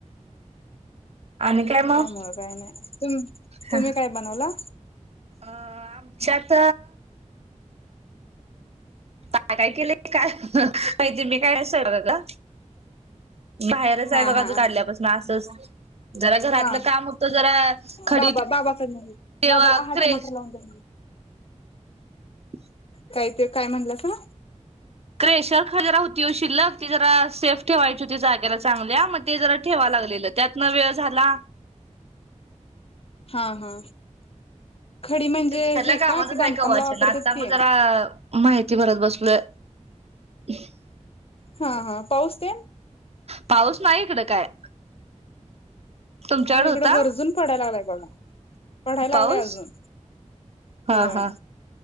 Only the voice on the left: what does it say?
त्यामुळं काही नाही तुम तुम्ही
काय बनवला
हा
हा
हा
बाबा बाबाचा बाबाला
आहाा
टमाटर लावून द्या
काय ते काय म्हटलं का
हा हा खडी म्हणजे
हे
का ते बांधकामला
वापरतात
ते
हा हा पाऊसतेन.
हो
इकडं गरजून पडाय लागलाय बगा. पढाय लागलाय
अजून,
होय.